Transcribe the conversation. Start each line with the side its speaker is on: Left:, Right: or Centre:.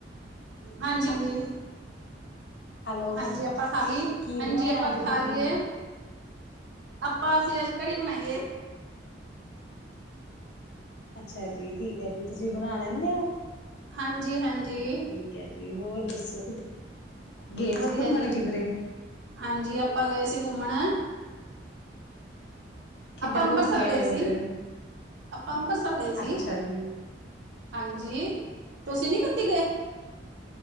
Right: ਹਾਂਜੀ- ਹਾਂਜੀ।
Left: ਹੈਲੋ
Right: ਹਾਂਜੀ ਆਪਾਂ ਖਾਲੀ।
Left: ਕੀ
Right: ਹਾਂਜੀ
Left: ਬਣਾਇਆ
Right: ਆਪਾਂ
Left: ਅੱਜ
Right: ਖਾ
Left: ਤੁਸੀਂ
Right: ਲਈਏ। ਆਪਾਂ ਅਸੀਂ ਅੱਜ ਕੜੀ ਬਣਾਈ ਏ।
Left: ਅੱਛਾ ਜੀ, ਠੀਕ ਹੈ ਜੀ, ਤੁਸੀਂ ਬਣਾ ਲੈਂਦੇ ਹੋ?
Right: ਹਾਂਜੀ-ਹਾਂਜੀ।
Left: ਠੀਕ ਹੈ ਜੀ ਹੋਰ ਦੱਸੋ ਗਏ
Right: ਵਧੀਆ
Left: ਸੀ ਘੁੰਮਣ
Right: ਜੀ
Left: ਕਿੱਧਰੇ
Right: ਹਾਂਜੀ ਆਪਾਂ ਗਏ ਸੀ। ਘੁੰਮਣ
Left: ਕਿੱਧਰ
Right: ਆਪਾਂ ਅੰਮਰਸਰ
Left: ਘੁੰਮ ਕੇ
Right: ਗਏ
Left: ਆਏ ਹੋ
Right: ਸੀ-ਆਪਾਂ
Left: ਫਿਰ
Right: ਅੰਮ੍ਰਿਸਰ ਗਏ ਸੀ।
Left: ਅੱਛਾ ਜੀ
Right: ਹਾਂਜੀ, ਤੁਸੀਂ ਨੀ ਕੱਦੇ ਗਏ?